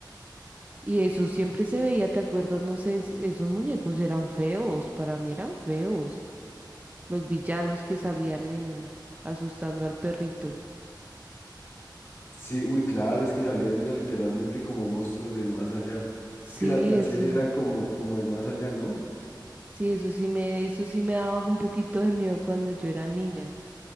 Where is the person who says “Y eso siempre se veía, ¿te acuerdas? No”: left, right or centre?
Right